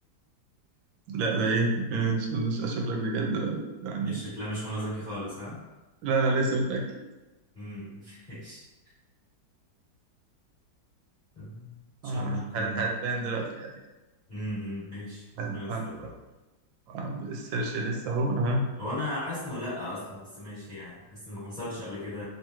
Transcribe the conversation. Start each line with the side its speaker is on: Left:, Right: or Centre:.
Right: لا ده ايه آه، استنى اشوف لك بجد يعني
Left: ايش شكلها مش منى زكي خالص ها
Right: لا لا لسه متاكد
Left: امم <laughs> ماشي ان شاء
Right: آه،
Left: الله اكون
Right: هت- هتبان دلوقتي الحقيقة
Left: امم ماشي ربنا
Right: هت-
Left: يستر
Right: هت-
Left: بقى
Right: عند السيرش لسه اهو ها
Left: هو انا حاسس انه لا اصلا بس ماشي يعني حاسس انه ما حصلش قبل كده